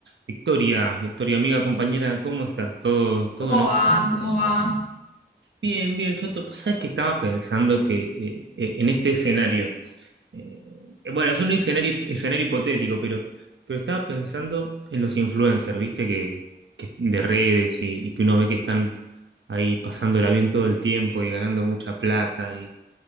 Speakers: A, on the right (about 85°); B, on the left (about 55°).
A: Victoria, Victoria, amiga, compañera, ¿cómo estás? ¿Todo, todo
B: ¿Cómo
A: en orden?
B: va? ¿Cómo va?
A: Bien, bien, yo te, sabes que estaba pensando que eh, eh, en este escenario, eh, bueno, es un escenario, escenario hipotético, pero, pero estaba pensando en los influencers, ¿viste? Que, que de redes y, y que uno ve que están ahí pasándola bien todo el tiempo y ganando mucha plata y,